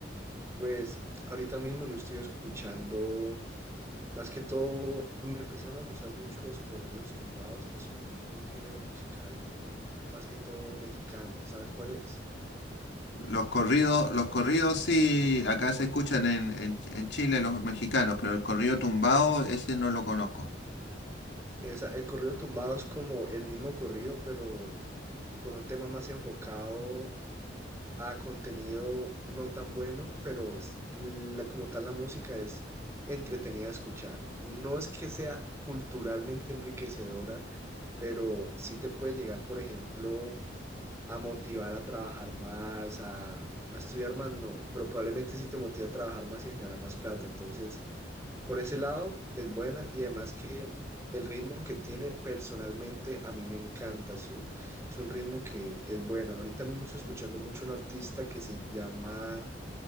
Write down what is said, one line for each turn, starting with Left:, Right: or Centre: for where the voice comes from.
Right: Pues ahorita mismo yo estoy escuchando, más que todo, me empezaron a gustar mucho los corridos tumbados, que son un género musical mm, más que todo mexicano. ¿Sabes cuál es?
Left: Los corridos, los corridos sí, acá se escuchan en, en, en Chile los mexicanos, pero el corrido tumbado, ese no lo conozco.
Right: Esa- el corrido tumbado es como el mismo corrido, pero con un tema más enfocado a contenido no tan bueno, pero s- la, como tal la música es entretenida de escuchar. No es que sea culturalmente enriquecedora, pero sí te puede llegar, por ejemplo, a motivar a trabajar más, a, a estudiar más, no, pero probablemente sí te motiva a trabajar más y a generar más plata. Entonces, por ese lado, es buena y además que el ritmo que tiene personalmente a mí me encanta. Eso. Es un ritmo que es bueno. Ahorita mismo estoy escuchando mucho un artista que se llama